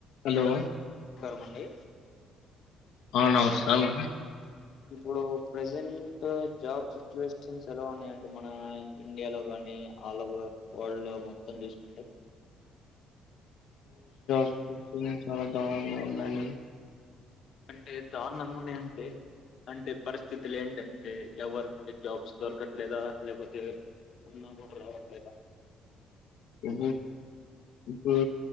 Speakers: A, on the left; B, on the left.
A: hello
B: రామండి
A: ఆ నమస్కారం
B: ఇప్పుడు ప్రసెంట్ జాబ్ సిచ్యువేషన్స్ ఎలా ఉన్నాయండి మన ఇండియాలో గానీ ఆల్ ఓవర్ వరల్డ్ లో మొత్తం తీసుకుంటే
A: <inaudible> చాలా దారుణంగా ఉన్నాయండీ
B: అంటే దారుణంగాన్నాయ అంటే అంటే పరిస్థితులు ఏంటంటే ఎవరికి జాబ్స్ దొరకట్లేదా లేకపోతే ఉన్నా కూడా రావట్లేదా
A: ఇ ఇప్పుడు